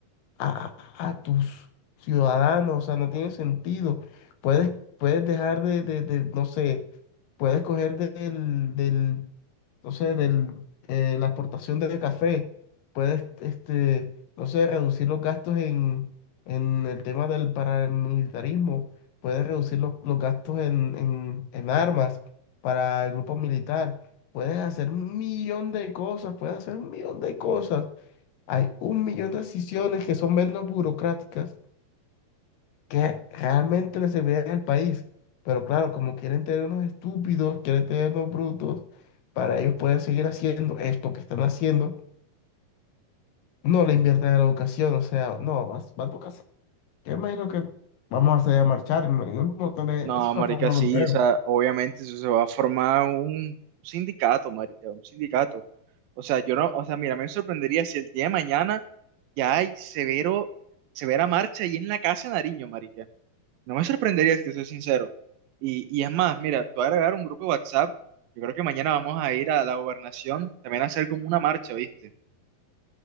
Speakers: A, on the left; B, on the right.
A: a, a tus ciudadanos, o sea, no tiene sentido. Puedes, puedes dejar de, de, de, no sé, puedes coger del, del, no sé, del, eh, la exportación de café, puedes, este, no sé, reducir los gastos en, en el tema del paramilitarismo, puedes reducir los, los gastos en, en, en armas para el grupo militar. Puedes hacer un millón de cosas, puedes hacer un millón de cosas hay un millón de decisiones que son menos burocráticas que realmente le servirían al país. Pero claro, como quieren tener unos estúpidos, quieren tener unos brutos, para ellos poder seguir haciendo esto que están haciendo, no le invierten en la educación. O sea, no, va, va a tocar. sa- Yo imagino que vamos a salir a marchar. ¿no? y un montón de-
B: No,
A: eso se
B: marica,
A: va a formar
B: sí,
A: un peo.
B: o sea, obviamente eso se va a formar un sindicato, marica, un sindicato. O sea, yo no, o sea, mira, me sorprendería si el día de mañana ya hay severo, severa marcha ahí en la casa de Nariño, marica. No me sorprendería, si te soy sincero. Y, y es más, mira, te voy a agregar un grupo de WhatsApp. Yo creo que mañana vamos a ir a la gobernación también a hacer como una marcha, ¿viste?